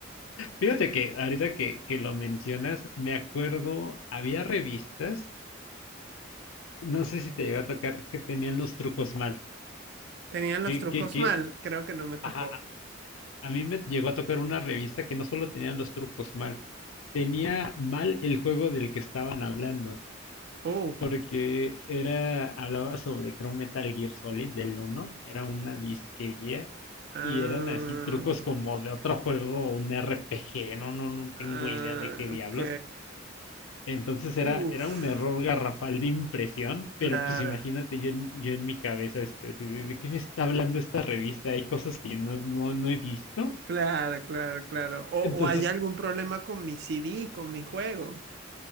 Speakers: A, on the left; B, on the right.
A: Fíjate que ahorita que, que lo mencionas, me acuerdo, había revistas, no sé si te llegó a tocar, que tenían los trucos mal.
B: Tenían los
A: Que,
B: trucos
A: que, que,
B: mal, creo que no me tocó.
A: ajá, a a mí me llegó a tocar una revista que no solo tenía los trucos mal, tenía mal el juego del que estaban hablando,
B: Oh,
A: porque era, hablaba sobre creo Metal Gear Solid del uno era una disque guía,
B: ah,
A: y eran así trucos como de otro juego, un RPG, no, no, no
B: ah,
A: tengo idea de qué diablos
B: ok.
A: Entonces era,
B: Uf,
A: era un error garrafal de impresión, pero
B: claro,
A: pues imagínate yo en, yo en mi cabeza, este, así de, ¿de qué me está hablando esta revista? Hay cosas que yo no, no, no he visto.
B: claro, claro, claro. O,
A: Entonces,
B: o hay algún problema con mi CD, con mi juego.